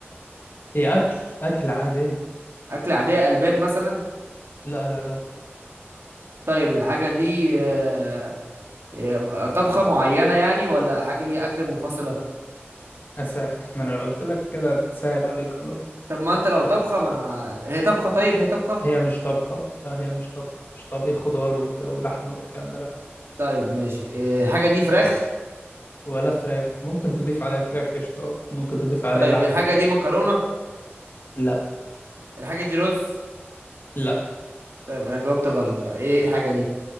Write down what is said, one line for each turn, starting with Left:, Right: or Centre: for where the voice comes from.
Left: هي أكل أكل عادي
Right: أكل عادية ألبان مثلا
Left: لا لا لا برضه
Right: طيب الحاجة دي آه، إيه، طبخة معينة يعني ولا حاجة دي أكل منفصلة
Left: أسا ما أنا لو قلت لك كده هتتسهل عليك خلاص
Right: طب ما أنت لو طبخة ما أنا هي طبخة طيب هي طبخة
Left: هي مش طبخة لا هي مش طبخة مش طبيخ خضار وكده ولحمة والكلام ده لا
Right: طيب ماشي إيه، الحاجة دي فراخ
Left: ولا فراخ ممكن تضيف عليها فراخ قشطة اه ممكن تضيف عليها
Right: طيب
Left: لحم
Right: الحاجة دي مكرونة
Left: لا
Right: الحاجة دي رز
Left: لا
Right: طيب أنا جاوبت غلط بقى إيه الحاجة دي